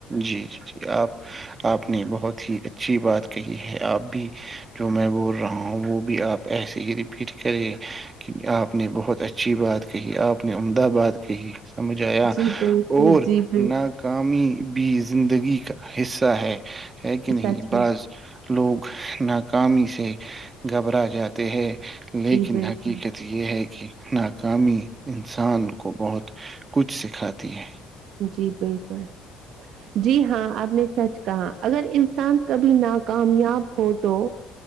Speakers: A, on the right (about 35°); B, on the right (about 65°).
A: جی جی جی آپ آپ نے بہت ہی اچھی بات کہی ہے آپ بھی جو میں بول رہا ہوں وہ بھی آپ ایسے ہی رپیٹ کرے کہ آپ نے بہت اچھی بات کہی آپ نے عمدہ بات کہی سمجھایا
B: جی بالکل
A: اور
B: جی بالکل
A: ناکامی بیج زندگی کا حصہ ہے ہے کہ نہیں
B: سچ
A: بعض
B: میں
A: لوگ نہ کاام سے گھبرا جاتے ہے لیکن
B: جی بالکل
A: حقیقت یہ ہے کہ ناکامی انسان کو بہت کچھ سکھاتی ہے
B: جی بالکل جی ہاں آپ نے سچ کہا اگر انسان کبھی ناکامیاب ہو تو